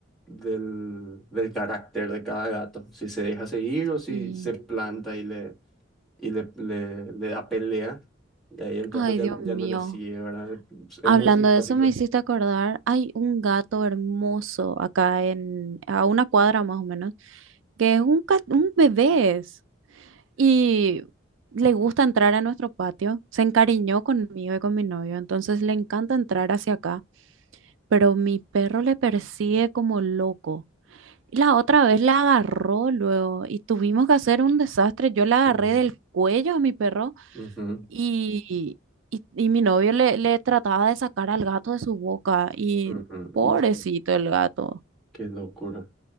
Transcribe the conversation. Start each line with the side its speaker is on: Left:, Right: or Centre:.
Centre: del, del carácter de cada gato. Si se deja seguir o si
Right: Y,
Centre: se planta y le, y le, le, le da pelea. Y ahí el perro
Right: ay,
Centre: ya,
Right: Dios
Centre: ya
Right: mío.
Centre: no le sigue, ¿verdad? Es
Right: Hablando
Centre: muy simpático.
Right: de eso, me hiciste acordar, hay un gato hermoso acá en, a una cuadra más o menos, que es un, cat- un bebé. es. Y le gusta entrar a nuestro patio. Se encariñó conmigo y con mi novio, entonces le encanta entrar hacia acá. pero mi perro le persigue como loco. Y La otra vez la agarró luego y tuvimos que hacer un desastre. Yo la agarré
Centre: Ujú,
Right: del cuello a mi perro
Centre: ujú,
Right: y, y, y mi novio le, le trataba de sacar al gato de su boca y
Centre: ujú.
Right: pobrecito
Centre: Hijo,
Right: el gato.
Centre: qué locura,